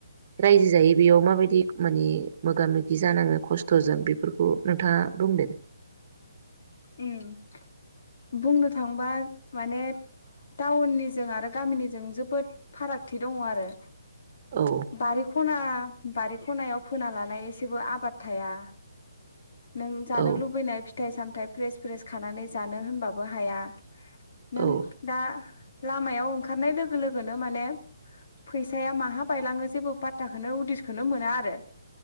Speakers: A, on the right; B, on the left.
A: रायजो जायो बेयाव माबायदि माने मोगा मोगि जानाङो खस्थ'जों बे फोरखौ नोंथाङा बुंदो।
B: उम बुंनो थांबा माने टाउननिजों आरो गामिनिजों जोबोद फारागथि दङ आरो।
A: औ
B: बारिख'ना बारि खनायाव फोना लानाय एसेबो आबाद थाया। नों जानो
A: औ
B: लुबैनाय फिथाइ सामथाइ फ्रेस फ्रेस खानानै जानो होनबाबो हाया। नों
A: औ
B: दा लामायाव ओंखारनाय लोगो लोगोनो माने फैसाया माहा बायलाङो जेबो पात्ताखौनो उदिसखौनो मोना आरो।